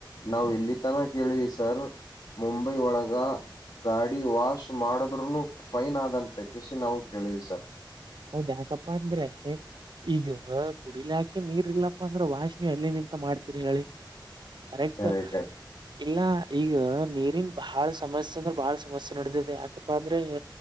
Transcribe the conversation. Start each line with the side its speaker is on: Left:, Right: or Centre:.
Left: ನಾವ್ ಇಲ್ಲಿ ತನ ಕೇಳಿವ ಸರ್ ಮುಂಬೈ ಒಳಗ ಗಾಡಿ ವಾಶ್ ಮಾಡಿದ್ೂನು ಫೈನ್ ಆದಂತೆ ಕಿಸಿ ನಾವು ಕೇಳಿವವಿ ಸರ್
Right: ಹೌದ್ ಯಾಕಪ್ಪಾ ಅಂದ್ರೆ ಈಗ ಕುಡಿಲಿಾಕೆ ನೀರ್ ಇಲ್ಲಪ್ಪಾ ಅಂದ್ರ ವಾಷ ನೀವು ಎಲ್ಲಿ ನಿಂತ ಮಾಡ್ತೀರಿ ಹೇಳಿ ಕರೆಕ್ಟ್
Left: ಕರೆ ಕರೆ
Right: ಇಲ್ಲ ಈಗ ನೀರಿನ್ ಬಹಳ ಸಮಸ್ಯೆ ಅಂದ್ರೆ ಬಾಳ ಸಮಸ್ಯೆ ನಡದಿದೆ ಯಾಕಪ್ಪ ಅಂದ್ರೆ